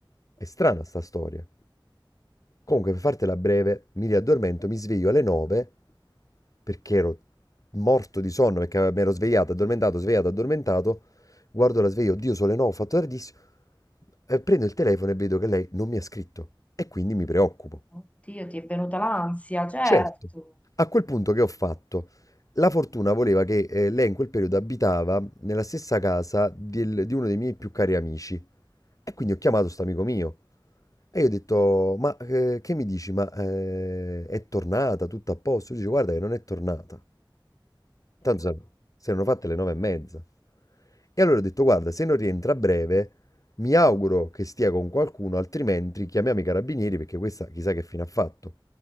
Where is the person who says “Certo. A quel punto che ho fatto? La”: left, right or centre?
Left